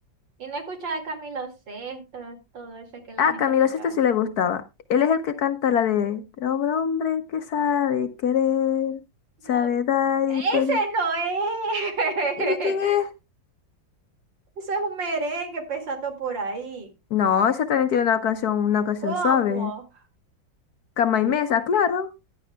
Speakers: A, on the right; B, on the left.
A: Y no escuchaba a Camilo Sesto, todo eso que la
B: Ah,
A: gente
B: Camilo
A: escuchaba.
B: esto sí le gustaba. Él es el que canta la de Hombre, hombre que sabe querer, sabe
A: No,
B: dar
A: ese
B: y pedir.
A: no es.
B: ¿Y ese quién es?
A: <laughs> Eso es un merengue empezando por ahí.
B: No, esa también tiene una canción, una canción
A: ¿Cómo?
B: suave. Cama y mesa, claro.